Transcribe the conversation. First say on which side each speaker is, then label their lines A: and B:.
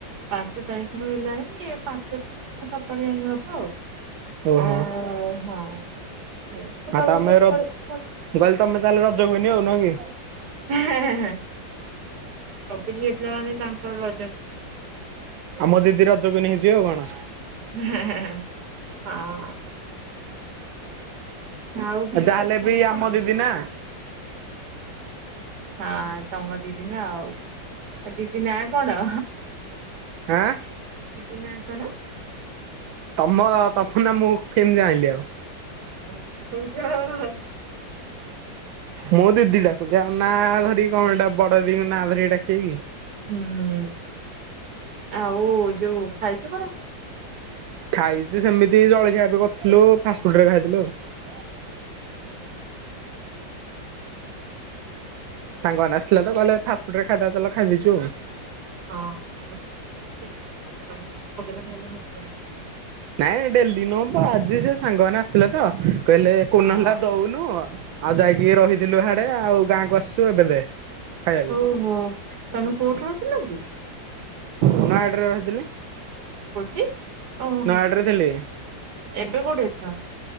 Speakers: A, on the right; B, on the right.
A: ପାଞ୍ଚ ତାରିଖରୁ ହେଲାଣି, ଏ ପାଞ୍ଚ ରୁ ସତର ଜାଙ୍କେ ହବ ଆଉ।
B: ଓହୋ
A: ଅ ହଁ, ଏଇ ଫୁଲ
B: ଆଉ ତମେ
A: ଗଛ <unintelligible>
B: ରଜ ମୁଁ କହିଲି ତମେ ତାହେଲେ ରଜ କୁଇନି ଆଉ ନୁହଁ କି।
A: ସବୁ ଝିଅ ପିଲାମାନେ ତାଙ୍କର ରଜ।
B: ଆମ ଦିଦି ରଜ କୁଇନି ହେଇଯିବେ ଆଉ କଣ।
A: ହଁ। ଆଉ ଭଲ,
B: ଯାହାହେଲେ
A: ଖାଇଛୁ
B: ବି ଆମ
A: କଣ?
B: ଦିଦି ନା।
A: ହଁ, ତମ ଦିଦି ନା ଆଉ। ଆ ଦିଦି ନା କଣ?
B: ହାଁ।
A: ଦିଦି ନା କଣ?
B: ତମ, ତମ ନା ମୁଁ କେମିତି ଜାଣିଲି ଆଉ।
A: <unintelligible>
B: ମୁଁ ଦିଦି ଡାକୁୁଛି ଆଉ ନା ଧରିକି କଣ ଏଟା ବଡ ଦିଦିଙ୍କ ନା ଧରିକି ଡାକିବିକି।
A: ହୁଁ, ଆଉ ଯୋଉ ଖାଇଛୁ କଣ?
B: ଖାଇଛି ସେମିତି ଜଳଖିଆ ଏବେ କରିଥିଲୁ ଫାଷ୍ଟଫୁଡ୍ ହେରିକା ଖାଇଥିଲୁ ଆଉ।
A: ହୁଁ
B: ସାଙ୍ଗମାନେ ଆସିଲେତ କହିଲେ ଫାଷ୍ଟ ଫୁଡ୍ ହେରିକା ଖାଇବା ଚାଲ ଖାଇଦେଇଛୁ ଆଉ।
A: ହଁ, <unintelligible>
B: ନାଇଁ ଡେଲି ନୁହଁ ବ ଆଜି ସେ ସାଙ୍ଗମାନେ ଆସିଲେ ତ! କହିଲେ
A: ହଁ
B: କୋଉଦିନ ହେଲା ଦଉନୁ, ଆଉ ଯାଇକି ରହିଥିଲୁ ହିଆଡେ ଆଉ ଗାଁକୁ ଆସିଛୁ ଏବେ ଦେ। ଖାଇବାକୁ।
A: ଓହୋ। ତମେ କୋଉଠି ରହିଥିଲ କି?
B: ନୟାଗଡ଼ରେ ରହିଥିଲି।
A: କୋଉଠି? ଓହୋ
B: ନୟାଗଡରେ ଥିଲି।
A: ଏବେ କୋଉଠି ଅଛ?